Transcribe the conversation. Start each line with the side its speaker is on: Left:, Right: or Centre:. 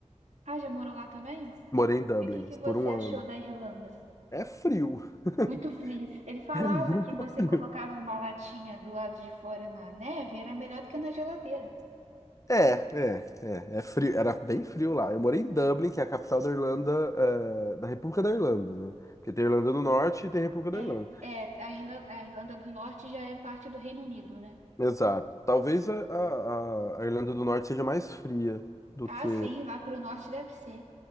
Right: Ah, já morou lá também?
Left: Morei em Dublin
Right: E o que que você
Left: por um
Right: achou
Left: ano.
Right: da Irlanda?
Left: É frio. <laughs>
Right: Muito frio. Ele falava
Left: É muito
Right: que você
Left: frio.
Right: colocava uma latinha do lado de fora na neve, era melhor do que na geladeira.
Left: É, é, é, é frio, era bem frio lá. Eu morei em Dublin, que é a capital da Irlanda, eh, da República da Irlanda, né? Porque tem Irlanda do Norte e tem República
Right: É,
Left: da Irlanda.
Right: é, a Irna- a Irlanda do Norte já é parte do Reino Unido, né?
Left: Exato. Talvez a, a, a- a Irlanda do Norte seja mais fria do
Right: Ah,
Left: que.
Right: sim, lá pro norte deve ser.